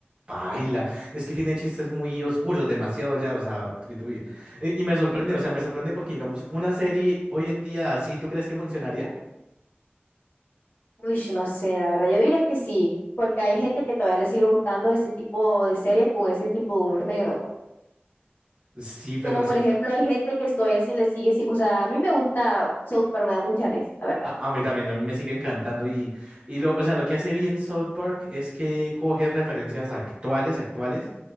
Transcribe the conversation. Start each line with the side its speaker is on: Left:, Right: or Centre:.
Right: paila. Es que tiene chistes muy oscuros, demasiado ya, o sea, que tú- y, y me sorprende, o sea, me sorprende porque, digamos, una serie hoy en día así, ¿tú crees que funcionaría?
Left: Uy, no sé, la verdad. Yo diría que sí, porque hay gente que todavía le sigue gustando ese tipo de series con ese tipo de humor negro, ¿no?
Right: Sí, pero
Left: Como
Right: es
Left: por
Right: que
Left: ejemplo, hay gente que todavía sí le sigue, sí- o sea, a mí me gusta South Park, me da mucha risa, la verdad.
Right: a, a mí también, a mí me sigue encantando y, y lo, o sea, lo que hace bien South Park es que coge referencias actuales, actuales,